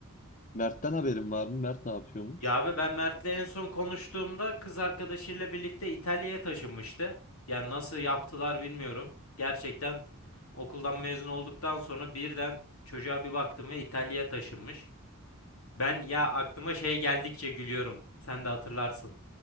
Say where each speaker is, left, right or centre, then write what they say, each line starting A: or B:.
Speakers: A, on the left; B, on the left.
A: Mert'ten haberin var mı? Mert ne yapıyormuş?
B: Ya abi ben Mert'le en son konuştuğumda kız arkadaşıyla birlikte İtalya'ya taşınmıştı. Yani nasıl yaptılar bilmiyorum. Gerçekten okuldan mezun olduktan sonra birden çocuğa bir baktım ve İtalya'ya taşınmış. Ben ya aklıma şey geldikçe gülüyorum. Sen de hatırlarsın.